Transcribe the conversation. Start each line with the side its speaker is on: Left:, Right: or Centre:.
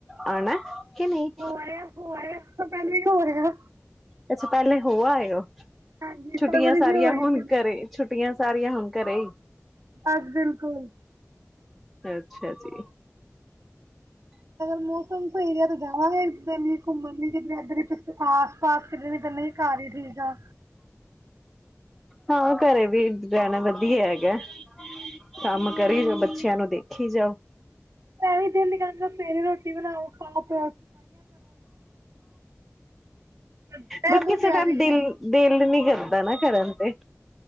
Centre: ਆਣਾ ਕਿ ਨਹੀਂ
Right: ਹੋਰਹਾ ਹੋ ਰਿਹਾ ਉਸ ਤੋਂ ਪਹਿਲਾਂ ਹੋ
Centre: ਅੱਛਾ ਪਹਿਲੇ ਹੋਆ ਹੈ ਉਹ
Right: ਹਾਂਜੀ
Centre: ਛੁੱਟੀਆਂ
Right: ਫਰਵਰੀ
Centre: ਸਾਰੀਆਂ
Right: ਜੀ ਹੋਏ
Centre: ਹੁਣ
Right: ਸੀ ਮੈਂ,
Centre: ਕਰੇ ਛੁੱਟੀਆਂ ਸਾਰੀਆਂ ਹੁਣ ਘਰੇ ਹੀ
Right: ਬਸ ਬਿਲਕੁਲ
Centre: ਅੱਛਾ ਜੀ
Right: ਅਗਰ ਮੌਸਮ ਸਹੀ ਹੈ ਤੇ ਜਾਵਾਂਗੇ ਇੱਧਰ ਵੀ ਘੁੰਮਣ ਲਈ ਜ ਇਧਰ ਪਿੱਛੇ ਆਸ ਸਾਸ ਖਡਣੀ ਪਿੰ ਘਰ ਹੀ ਠੀਕ ਆ
Centre: ਹਾਂ ਘਰੇ ਵੀ ਰਹਿਣਾ ਵਧੀਆ ਹੈਗਾ ਕੰਮ ਕਰੀ ਬੱਚਿਆਂ ਨੂੰ ਦੇਖ ਰੱਖੀ ਜਾਓ
Right: ਵੀ ਦਿਲੀ ਕ ਸਵੇਰੇ ਰੋਟੀ ਬਣਾਉ ਪਾਪ ਇਹ
Centre: ਬਟ
Right: ਦੀ
Centre: ਕਿਸੇ
Right: ਤਿਆਰੀ
Centre: ਟਾਈਮ ਦਿਲ
Right: ਹੈ
Centre: ਦਿਲ ਨੀ ਕਰਦਾ ਦਾਂ ਨਾ ਕਰਨ ਤੇ